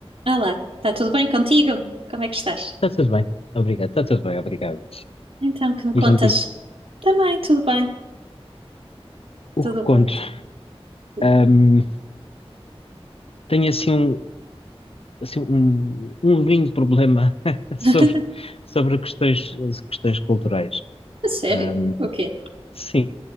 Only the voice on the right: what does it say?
Olá, está tudo bem contigo? Como é que estás?
Então, que me contas?
Também, tudo bem, tudo
bem,
tudo bem.
<laughs>
A sério?
O quê?